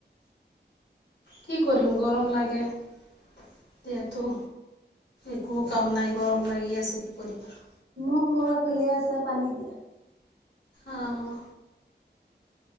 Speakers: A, on the left (about 70°); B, on the right (about 75°).
A: কি কৰিম গৰম লাগে। এতিয়াতো একো কাম নাই গৰম লাগি আছে কি কৰিম আৰু।
B: মোক ল'ৰা খুলি আছে পানী দিয়া
A: অঁ